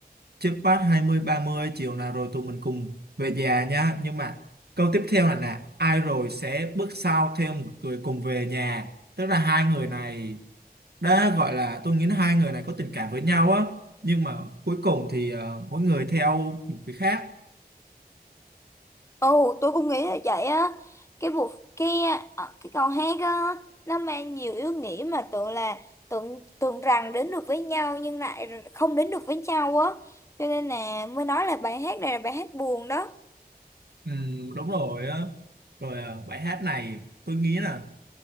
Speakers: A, on the right (about 85°); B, on the left (about 20°).
A: trước phát 20 30 chiều nào rồi tụi mình cùng về nhà nhá nhưng mà câu tiếp theo là nè ai rồi sẽ bước sau theo một người cùng về nhà tức là hai người này đã gọi là tôi nghĩ là hai người này có tình cảm với nhau á nhưng mà cuối cùng thì ờ, mỗi người theo một cái khác
B: Ồ, tôi cũng nghĩ là vậy á. Cái vụ cái ờ, cái câu hát á nó mang nhiều ý nghĩa mà tưởng là tưởng tưởng rằng đến được với nhau nhưng lại không đến được với nhau á. Cho nên là mới nói là bài hát này là bài hát buồn đó.
A: ừ, đúng rồi á rồi ờ, bài hát này tôi nghĩ là